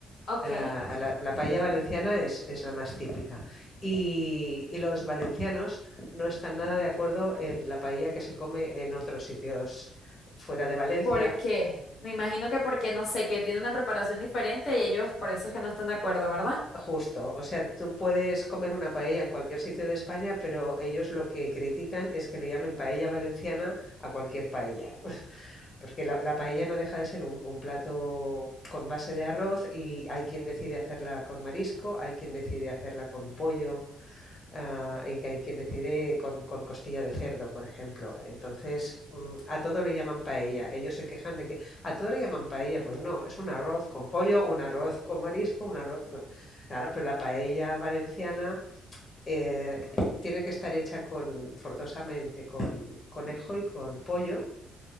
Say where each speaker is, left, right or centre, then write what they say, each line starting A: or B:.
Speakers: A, on the left (about 55°); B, on the left (about 30°).
A: Ok,
B: Ah, la, la paella valenciana es, es la más típica. Y, y los valencianos no están nada de acuerdo en la paella que se come en otros sitios fuera de Valencia.
A: ¿por qué? Me imagino que porque, no sé, que tiene una preparación diferente y ellos por eso es que no están de acuerdo, ¿verdad?
B: Justo, o sea, tú puedes comer una paella en cualquier sitio de España, pero ellos lo que critican es que le llamen paella valenciana a cualquier paella, <laughs> porque la, la paella no deja de ser un, un plato con base de arroz y hay quien decide hacerla con marisco, hay quien decide hacerla con pollo, Ah, y que hay quien decide con, con costilla de cerdo, por ejemplo. Entonces, mm, a todo le llaman paella. Ellos se quejan de que a todo le llaman paella. Pues no, es un arroz con pollo, un arroz con marisco, un arroz con... Claro, pero la paella valenciana eh, tiene que estar hecha con, forzosamente con conejo y con pollo.